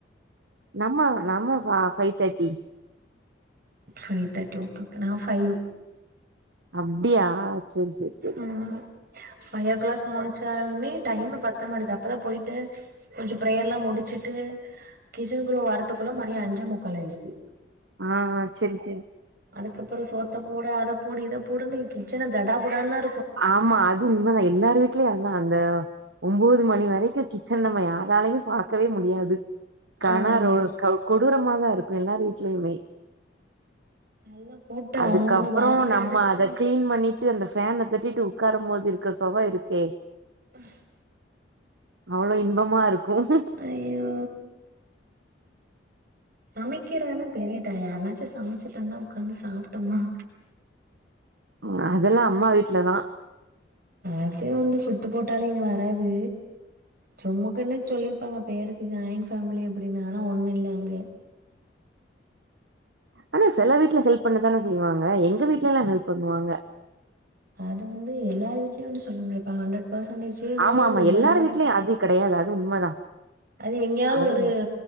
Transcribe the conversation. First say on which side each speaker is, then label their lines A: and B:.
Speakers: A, on the right; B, on the right.
A: நம்ம நம்ம five thirty
B: five thirty okay okay நா ஃபைவ்
A: அப்டியா செரி செரி செரி
B: ம் ஃபைவ் ஓ கிளாக் முழிச்சாலுமே டைமு பத்த மாட்டேது பதா போய்ட்டு கொஞ்சோ ப்ரேயரெல்லா முடிச்சிட்டு கிச்சனுக்குள்ள வரதுக்குள்ள மணி அஞ்சே முக்கால் ஆய் து
A: ஆ ஹா சேரி சேரி
B: அதுக்கப்றோ சோத்த போடு அத போடு இத போடுனு கிச்சனே தடா புடா தா
A: ஆமா அது உண்மதா எல்லார் வீட்லயு அதா‌அந்த ஒம்போது மணி வரைக்கூ கிச்சன் நம்ம அதாலையும் பார்கக்கவே முடியாது கண
B: ஆமா
A: ரோ கோ கொடூரமா தா இருக்கும் எல்லாரு வீட் ட்லாயுமே
B: எல்லா போட்டு
A: அதுக்கப்ரோ
B: அவங்கவுங்க பாக்ஸ்
A: நம்ம
B: எடுத்து
A: அத கிளீன் பண்ணி ட்டு அந்த ஃபேன தட்டிட்டு உட்காரும் போது இருக்குற சுக இருக்கே
B: உஹம் <unintelligible>
A: அவ்லோ இன்பமா இருக்கும்
B: ஐயோ சமைக்கிறதா பெரியட்டா யாருனாச்சும் சமைச்சு தந்தா உகாந்து சாப்பிட்டோமா
A: உம் அதெல்லா அம்மா வீட்டு்லதான்
B: அது வந்து சுட்டு போட்டாலும் இங்க வராது சும்மக்குன்னு சொல்லி பங்க பேருக்கு ஜாயின்் ஃபமிலி அப்படின்னனா ஒன்னு இல்ல அங்க
A: ஆனா சில வீட்டுல ஹெல்ப் பண்ணதான செய்வாங்க எங்க வீட்டல எல்லா ஹெல்ப் பண்ணுவாங்க
B: அது வந்து எல்லாரு வீட்டுலயும் சொல்ல முடியாது இப்ப ஹண்ட்ரட் பர்சன்டேஜ் வந்து
A: ஆமா ஆமா
B: எல்லாரதா
A: எல்லார் வீட்லயு அது கெடையாது அது உண்மதா
B: அது எங்கேயாவது
A: அது
B: ஒரு
A: உண்